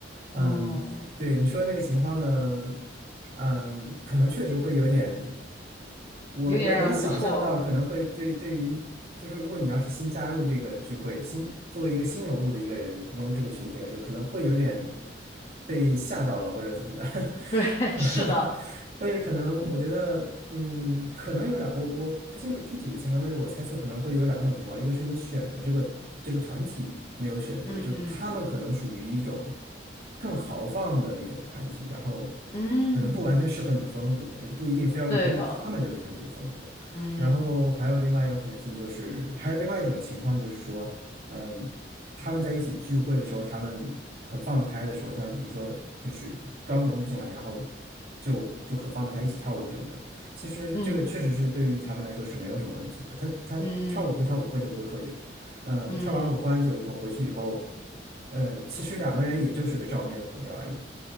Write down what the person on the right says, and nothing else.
嗯，
对你说的那个情况呢，嗯，可能确实会有点，我我也能想象到，
可能会对对于你就是如果你要是新加入这个聚会，新作为一个新融入的一个人，融入这个群体来说，可能会有点被吓到了或者怎么的，
<laughs>
但是可能我觉得，嗯，可能有两，我我不清楚具体的情况，但是我猜测可能会有两种情况，一个是你选的这个这个团体没有选对，
就是他们可能属于一种。更豪放的一种团体，然后
可能不完全适合你的风格，也不一定非要融入他们这个团体的风格。
然后还有另外一种可能性，就是还有另外一种情况，就是说，嗯，他们在一起聚会的时候，他们很放得开的时候，像你说，就是刚融入进来，然后就就很放得开，一起跳舞什么的。其实这个确实是对于他们来说是没有什么问题的。
他他跳舞归跳舞，
喝酒归喝酒，嗯，
跳完舞喝完酒以后回去以后。呃，其实两个人也就是个照面的朋友而已。